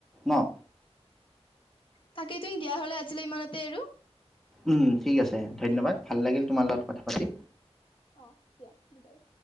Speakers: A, in the centre; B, on the left.
A: ন
B: তাকেই ত দিয়া হলে আজিলে ইমানতে এৰো
A: উম ঠিক আছে ধন্যবাদ
B: দিয়া
A: ভাল
B: বিদায়।
A: লাগিল তোমাৰ লগত কথা, পতি
B: অ' দিয়া বিদায়